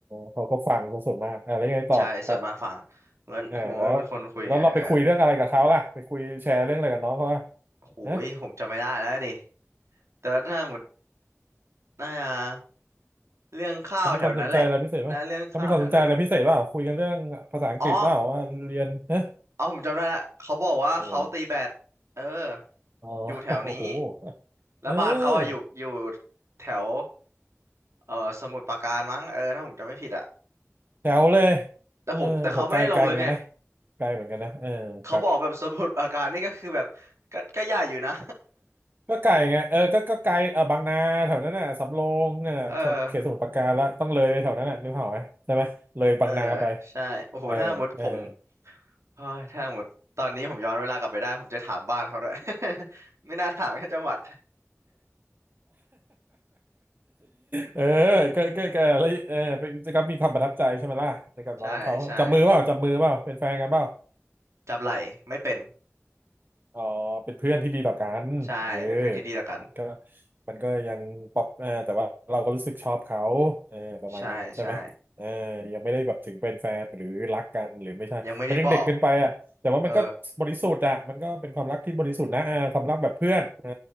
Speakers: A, on the right (about 40°); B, on the right (about 70°).
A: เขาก็ฟังเขาส่วนมากอ่ะแล้วยังไงต่อครับ
B: ใช่ส่วนมาฝั่งเหมือนผมว่าเป็นคนคุยไงเออ
A: อ่าแล้วแล้วเราไปคุยเรื่องอะไรกับเขาล่ะไปคุยแชร์เรื่องอะไรกับน้องเขาอ่ะ
B: โอ้ยผมจำไม่ได้แล้วดิ
A: นะ
B: แต่ว่าถ้าหมดน่าจะ เรื่องข้าวแถวนั้นแหละนะเรื่องข้าวแถวนั้น
A: เขามีความสนใจอะไรพิเศษป่ะเขามีความสนใจอะไรพิเศษป่ะคุยกันเรื่องภาษาอังกฤษป่ะว่าเรียนนะ
B: อ๋อเอาผมจำได้ละเขาบอกว่าเขาตีแบดเออ
A: เราอ๋อ <laughs>
B: อยู่แถวนี้
A: โอ้โห
B: แล้วบ้านเขาอะอยู่อยู่
A: เออ
B: แถวเออสมุทรปราการมั้งเออถ้าผมจำไม่ผิดอะ
A: แถวเลย
B: แต่ผมแต่เขาไม่ได้ลงลึกไง
A: เออโหไกลไกลเหมือนกันนะ ไกลเหมือนกันนะเออครับ
B: เขาบอกแบบสมุทรปราการนี่ก็คือแบบก็ก็ใหญ่อยู่นะ
A: ก็ไกลไงเออก็ก็ไกลเออบางนาแถวนั้นน่ะ สำโรงนั่นน่ะสมุทรเขตสมุทรปราการละต้องเลยไปแถวนั้นน่ะนึกภาพออกไหมใช่ไหม
B: <laughs> เออ
A: เลยบางนาไป
B: เออใช่โอ้โหถ้าหมดผม
A: เออ เออ <laughs>
B: เฮ้ยถ้าหมดตอนนี้ผมย้อนเวลากลับไปได้ผมจะถามบ้านเขาด้วย <laughs> ไม่น่าถามแค่จังหวัด
A: เออก็ก็ก็แล้วเออเป็นก็มีความประทับใจใช่ไหมล่ะในกับน้องเขาจับมือเปล่าจับมือเปล่าเป็นแฟนกันเปล่า
B: <laughs> ใช่ใช่ จับไหล่ไม่เป็น
A: อ๋อเป็นเพื่อนที่ดีต่อกันเออ
B: ใช่เป็นเพื่อนที่ดีต่อกัน
A: มันก็มันก็ยังปรับเอ่อแต่ว่าเราก็รู้สึกชอบเขาเออประมาณนั้นใช่ไหมเออยังไม่ได้แบบถึงเป็นแฟนหรือรักกันหรือไม่ใช่มันยังเด็กเกินไปอ่ะแต่ว่ามันก็บริสุทธิ์อ่ะมันก็เป็นความรักที่บริสุทธิ์นะเออความรักแบบเพื่อนเออ
B: ใช่ใช่ยังไม่ได้บอกเออ